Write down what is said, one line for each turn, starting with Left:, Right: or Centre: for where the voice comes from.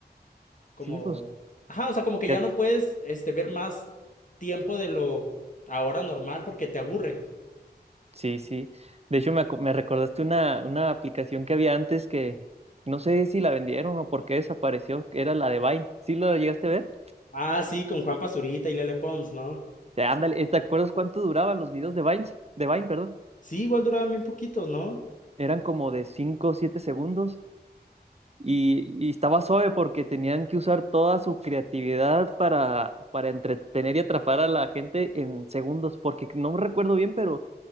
Left: como,
Right: Sí, pues
Left: ajá, o sea, como que ya
Right: ya-
Left: no puedes, este, ver más tiempo de lo ahora normal porque te aburre.
Right: Sí, sí. De hecho, me, acu- me recordaste una, una aplicación que había antes que no sé si la vendieron o por qué desapareció, que era la de Vine. ¿Sí lo llegaste a ver?
Left: Ah, sí, con Juan Pazurita y Lele Pons, ¿no?
Right: O ándale, ¿te acuerdas cuánto duraban los videos de Vine? De Vine, perdón.
Left: Sí, igual duraban bien poquitos, ¿no?
Right: Eran como de 5 o 7 segundos y, y estaba suave porque tenían que usar toda su creatividad para, para entretener y atrapar a la gente en segundos, porque no me recuerdo bien, pero